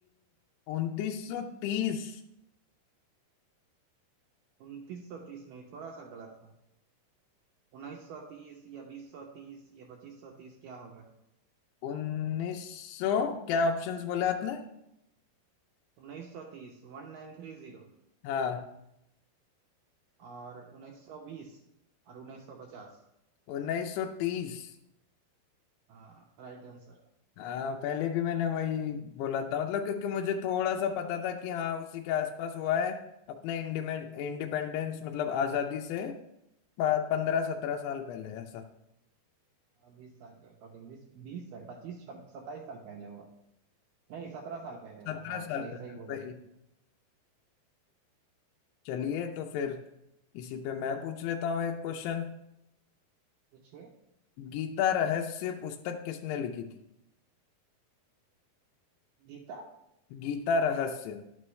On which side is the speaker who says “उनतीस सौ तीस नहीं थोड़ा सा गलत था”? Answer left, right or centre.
Right